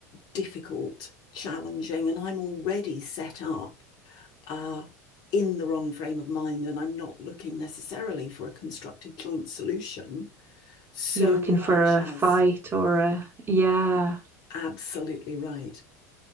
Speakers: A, on the left; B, on the right.
A: difficult, challenging, and I'm already set up uh, in the wrong frame of mind, and I'm not looking necessarily for a constructive joint solution so
B: you're looking
A: much
B: for
A: as
B: a fight or a yeah
A: absolutely right.